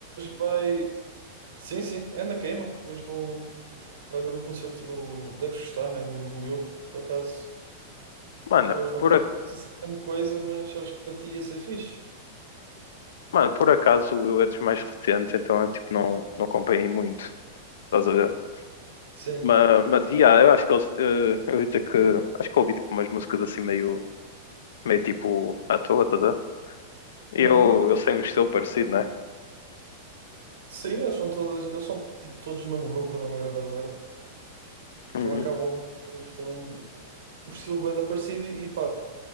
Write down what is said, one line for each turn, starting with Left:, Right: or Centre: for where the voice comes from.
Right: vai... Sim, sim, é na queima. Hoje vou... Vai ver o concerto do. Deves gostar, né? Do, do Eu. Por acaso,
Left: Mano,
Right: eu não,
Left: por,
Right: não
Left: a-
Right: sei se é grande coisa, mas acho que para ti ia ser fixe.
Left: mano, por acaso eu é dos mais recentes, então eu tipo, não, não acompanhei muito, estás a ver?
Right: Sim.
Left: Mas, mas yeah, eu acho que eles, eh, eu ia dizer que acho que eu ouvi tipo, umas músicas assim meio, meio tipo à toa, estás a ver? E
Right: Uhum.
Left: eu, eu sei um estilo parecido, né?
Right: Sim, eles são todas, eles são tipo todos do mesmo grupo, da mesma gravadora.
Left: Uhum.
Right: Então acabam também por ter um, o estilo bem parecido e pá,